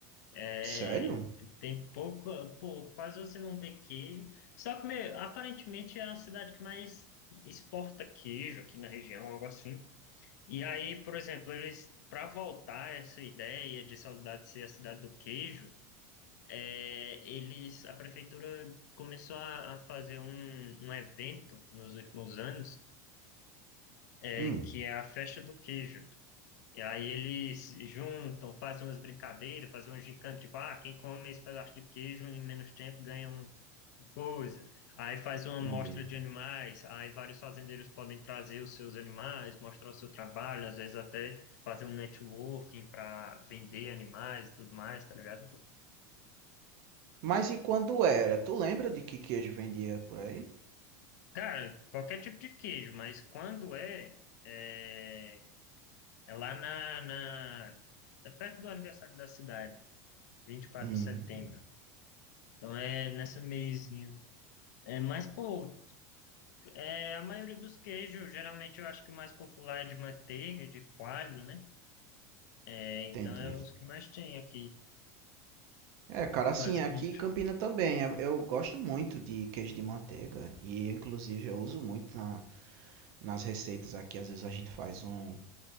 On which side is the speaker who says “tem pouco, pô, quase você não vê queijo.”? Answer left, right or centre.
Left